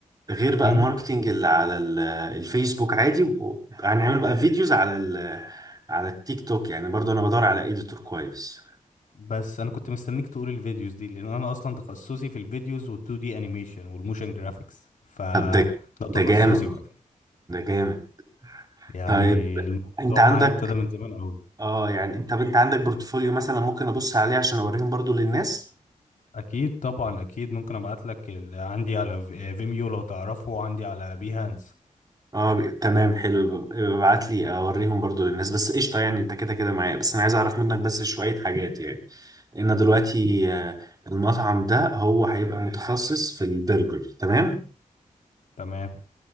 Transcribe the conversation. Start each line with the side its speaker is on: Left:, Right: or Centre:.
Right: غير بقى
Left: امم
Right: الماركتينج اللي على ال- الفيسبوك عادي وهنعمل بقى فيديوز على ال على التيك توك يعني برضو انا بدور على اديتور كويس
Left: بس انا كنت مستنيك تقول الفيديوز دي لان انا اصلا تخصصي في الفيديوز وال2 دي انيميشن والموشن جرافيكس ف
Right: طب ده
Left: ده
Right: ده
Left: تخصصي
Right: جامد
Left: بقى
Right: ده جامد
Left: يعني
Right: طيب
Left: الموضوع
Right: انت عندك
Left: معايا ابتدى من زمان قوي
Right: اه يعني انت طب انت عندك بورتفوليو مثلا ممكن ابص عليه عشان اوريهم برضو للناس
Left: اكيد طبعا اكيد ممكن ابعت لك ال... عندي على في- فيميو لو تعرفه وعندي على بيهانس
Right: اه ب- تمام حلو ابعت لي اوريهم برضو للناس بس قشطه يعني انت كده كده معايا بس انا عايز اعرف منك بس شويه حاجات يعني لان دلوقتي آه، المطعم ده هو هيبقى متخصص في البرجر تمام
Left: تمام